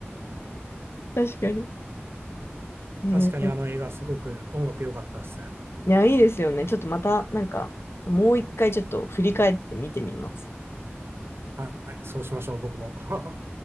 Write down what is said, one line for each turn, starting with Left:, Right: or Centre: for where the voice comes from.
Left: 確かに。えー
Right: 確かにあの映画すごく音楽良かったっす。
Left: いや、いいですよね。ちょっとまた、なんか、もう一回ちょっと振り返って見てみます。
Right: はい、そうしましょう、僕も。<laughs>